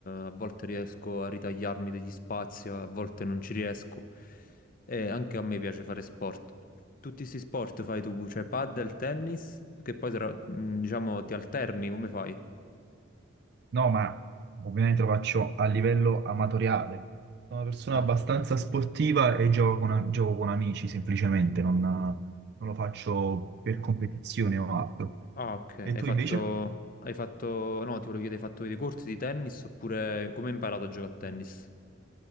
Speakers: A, on the left; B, on the right.
A: a volte riesco a ritagliarmi degli spazi, a volte non ci riesco. E anche a me piace fare sport. Tutti questi sport fai tu, cioè padel, tennis, che poi tra- mm, diciamo ti alterni, come fai?
B: No, ma ovviamente lo faccio a livello amatoriale. Sono una persona
A: Ah,
B: abbastanza sportiva e gioco con, gioco con amici, semplicemente, non non lo faccio per competizione o altro.
A: ah, ok.
B: E
A: Hai
B: tu
A: fatto,
B: invece?
A: hai fatto, no, ti volevo chiedere, hai fatto dei corsi di tennis oppure come hai imparato a giocare a tennis?